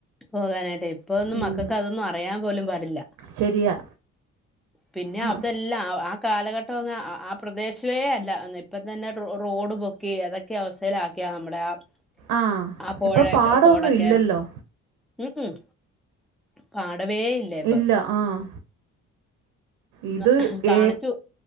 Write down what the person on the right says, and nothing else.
ഉം,
ശരിയാ
ആ
ആ
ഇപ്പൊ പാടമൊന്നും
ഇല്ലല്ലോ
ഇല്ല ആഹ് ഇത്ഏ